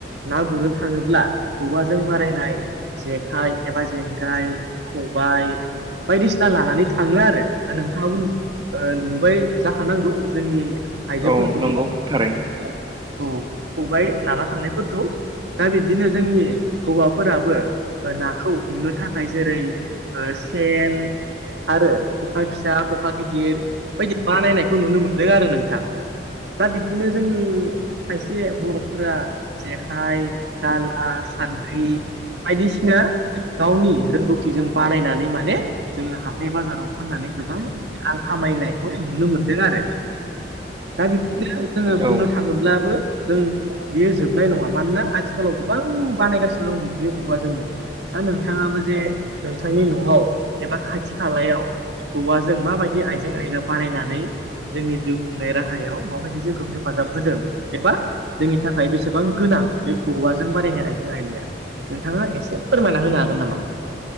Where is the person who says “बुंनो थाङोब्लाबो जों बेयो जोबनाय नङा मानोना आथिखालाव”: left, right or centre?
Right